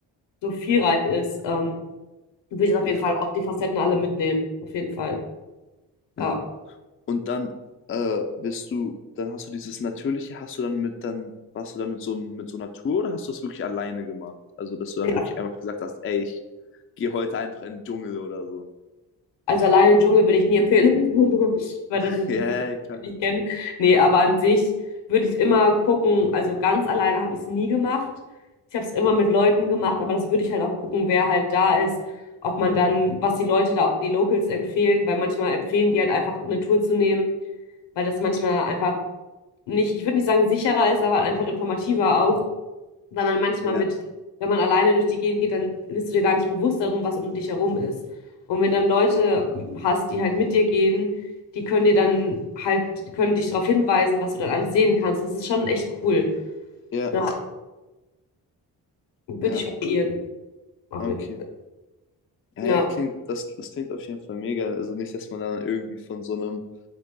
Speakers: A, on the left; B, on the left.
A: so vielreich ist, ähm, will ich auf
B: ja,
A: jeden Fall auch die Facetten alle mitnehmen. Auf jeden Fall.
B: ja.
A: Ja.
B: Und dann äh, bist du, dann hast du dieses Natürliche, hast du dann mit, dann warst du dann mit so, einem- mit so einer Tour oder hast du das wirklich alleine gemacht? Also, dass du dann
A: Ja.
B: wirklich einfach gesagt hast, ey, ich gehe heute einfach in den Dschungel oder so.
A: Also allein den Dschungel würde ich nie empfehlen, <laughs> weil
B: <laughs>
A: das ein
B: Ja,
A: Leben, das
B: ja, klar.
A: ich nicht kenne. Nee, aber an sich würde ich immer gucken, also ganz alleine habe ich es nie gemacht. Ich habe es immer mit Leuten gemacht, aber das würde ich halt auch gucken, wer halt da ist, ob man dann, was die Leute da auch, die Locals empfehlen, weil manchmal empfehlen die halt einfach eine Tour zu nehmen, weil das manchmal einfach nicht, ich würde nicht sagen sicherer ist, aber halt einfach informativer auch. weil man manchmal
B: Ja,
A: mit, wenn man alleine durch die Gegend geht, dann bist du dir gar nicht bewusst darum, was um dich herum ist. Und wenn dann Leute ähm, hast, die halt mit dir gehen, die können dir dann halt, können dich darauf hinweisen, was du dann alles sehen kannst. Das ist schon echt cool.
B: ja,
A: Ja, würde
B: ja,
A: ich variieren, auf
B: okay.
A: jeden Fall.
B: Ja,
A: Ja,
B: ja, klingt, das, das klingt auf jeden Fall mega. Also nicht, dass man dann irgendwie von so einem